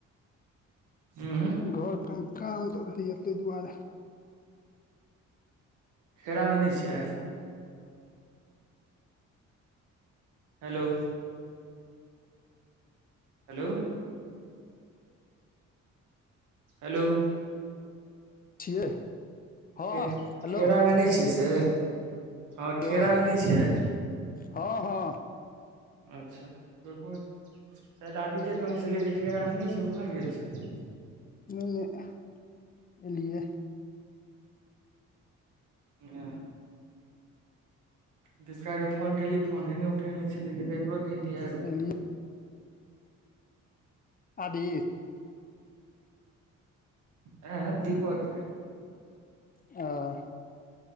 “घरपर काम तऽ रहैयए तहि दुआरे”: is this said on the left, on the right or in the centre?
Left